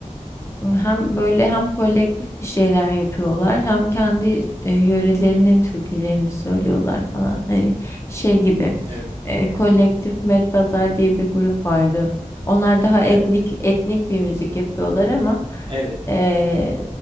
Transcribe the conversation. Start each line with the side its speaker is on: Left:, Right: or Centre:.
Left: hem böyle hem kolektif bir şeyler yapıyorlar hem kendi e, yörelerinin türkülerini söylüyorlar falan. Hani şey gibi
Right: Evet,
Left: e, kolektif Medpazar diye bir grup vardı. Onlar daha etnik
Right: evet,
Left: etnik bir müzik yapıyorlar ama
Right: evet.
Left: e,